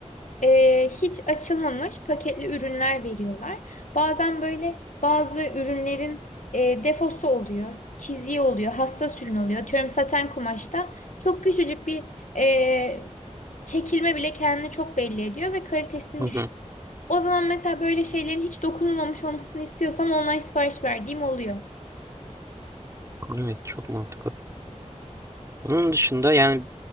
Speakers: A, on the left; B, on the right.
A: e, hiç açılmamış paketli ürünler veriyorlar. Bazen böyle bazı ürünlerin e, defosu oluyor, çiziği oluyor, hassas ürün oluyor. Atıyorum saten kumaşta çok küçücük bir e, çekilme bile kendini çok belli ediyor ve kalitesini
B: Hı
A: düşük.
B: hı.
A: O zaman mesela böyle şeylerin hiç dokunulmamış olmasını istiyorsam online sipariş verdiğim oluyor.
B: Evet çok mantıklı. Onun dışında yani